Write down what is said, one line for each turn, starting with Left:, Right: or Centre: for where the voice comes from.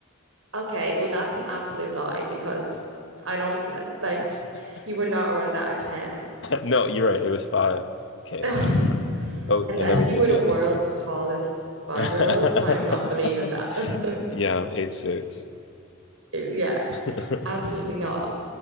Right: Okay, well, that's an absolute lie because I don't like
Left: <laughs>
Right: you were not running that at 10.
Left: No, you're right. It was 5K
Right: <laughs>
Left: in half an hour. But
Right: Unless
Left: and then we
Right: you
Left: did
Right: were
Left: the
Right: the world's
Left: other side.
Right: tallest five-year-old,
Left: <laughs>
Right: I am not believing that. <laughs>
Left: Yeah, I'm 8'6".
Right: Yeah,
Left: <laughs>
Right: absolutely not.